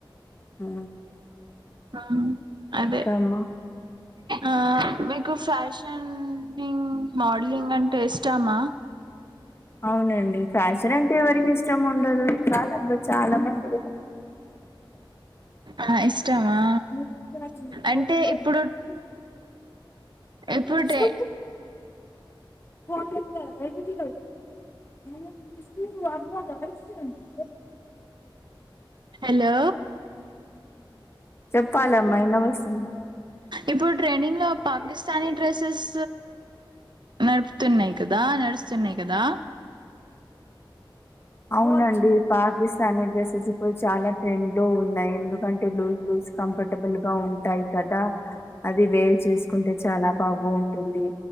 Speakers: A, on the left; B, on the right.
A: ఉ
B: ఆ అదే
A: అమ్మా
B: ఆ మీకు ఫ్యాషనింగ్ మోడలింగ్ అంటే ఇష్టమ
A: అవునండి ఫ్యాషన్ అంటే ఎవరికి ఇష్టం ఉండదు ఈ కాలంలో చాల మంది
B: ఆ ఇష్టమా
A: <inaudible>
B: అంటే ఇప్పుడు
A: <inaudible>
B: ఇప్పుడు టే
A: <unintelligible>
B: హలో
A: చెప్పాలమ్మా అయిన <unintelligible>
B: ఇప్పుడు ట్రెండింగ్ లో పాకిస్తానీ డ్రెస్సెస్ నడుపుతున్నాయి కదా నడుస్తున్నాయి కదా
A: అవునండి పాకిస్తానీ డ్రెసెస్ ఇప్పుడు చాల ట్రెండ్ లో ఉన్నాయి ఎందుకంటే లు స్ కంఫర్టబుల్ గా ఉంటాయి కదా అది వేరు చేసుకుంటే చాల బాగు ఉంటుంది